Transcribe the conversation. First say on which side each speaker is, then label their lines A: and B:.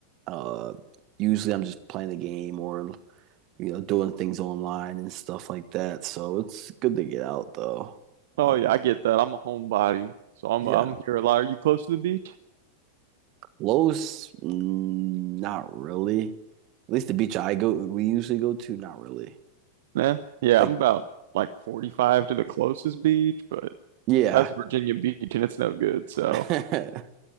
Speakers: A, on the right (about 40°); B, on the right (about 55°).
A: uh, usually I'm just playing the game or you know doing things online and stuff like that. So it's good to get out though.
B: Oh
A: Um,
B: yeah, I get that. I'm a homebody, so I'm
A: yeah,
B: I'm here a lot. Are you close to the beach?
A: Los, mm, not really. At least the beach I go we usually go to, not really.
B: Yeah, yeah,
A: Like
B: I'm about like 45 to the closest beach, but
A: yeah,
B: That's Virginia Beach and it's no good. So
A: <laughs>